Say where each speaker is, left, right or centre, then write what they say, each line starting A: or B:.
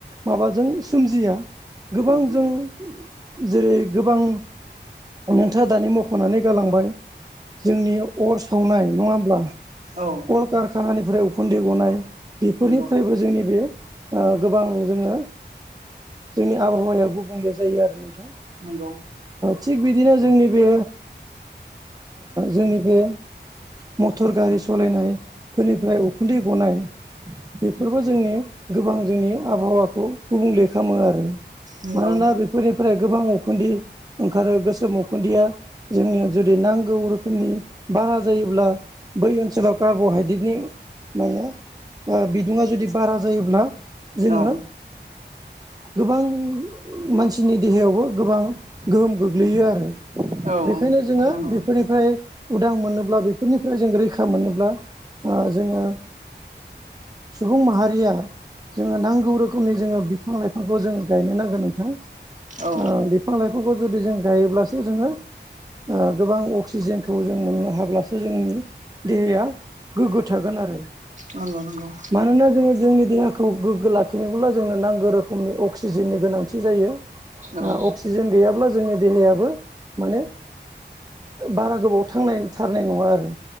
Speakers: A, on the right; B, on the right.
A: माबाजों सोमजिया गोबां
B: नंगौ
A: जों जेरै गोबां नोंथाङा दानि मख'नानै गालांबाय जोंनि अर सावनाय नङा होमब्ला
B: औ
A: कलकारखानानिफ्राय उखुन्दै गनाय बेफोरनिफ्रायबो
B: नंगौ
A: जोंनि बे गोबां जोङो जोंनि आबहावाया गुबुंले जायो आरो नोंथां
B: नंगौ
A: थिग बिदिनो जोंनि बे जोंनि बे मटर गारि सालायनायफोरनिफ्राय उखुन्दै गनाय बेफोरबो जोंनि गोबां जोंनि आबहावाखौ गुबुंले खालामो आरो
B: नंगौ
A: मानोना बेफोरनिफ्राय गोबां उखुन्दै ओंखारो गोसोम उखुन्दैया जोंनिया जुदि नांगौ रोखोमनि बारा जायोब्ला बै ओनसोलाव कार्ब'हाइद्रेटनि माया बिदुङा जुदि बारा जायोब्ला जोङो
B: औ
A: गोबां मानसिनि देहायावबो गोबां गोहोम गोग्लैयो आरो
B: औ
A: बेखायनो जोङो
B: नंगौ
A: बेफोरनिफ्राय उदां मोनोब्ला बेफोरनिफ्राय जों रैखा मोनोब्ला जोङो सुबुं माहारिया जोङो नांगौ रोखोमनि जोङो बिफां लाइ फांखौ जों गायनो नांगोन नोंथां
B: औ
A: बिफां लाइफांखौ जुदि जों गायोब्लासो जोङो गोबां अक्सिजेनखौ जों मोननो हाब्लासो जोंनि देहाया गोग्गो थागोन आरो
B: नंगौ नंगौ
A: मानोना जोङो जोंनि देहाखौ गोग्गो लाखिनोब्ला जोंनो नांगौ रोखोमनि अक्सिजेननि गोनांथि जायो
B: औ
A: अक्सिजेन गैयाब्ला जोंनि देहायाबो माने बारा गोबाव थांनाय थारनाय नङा आरो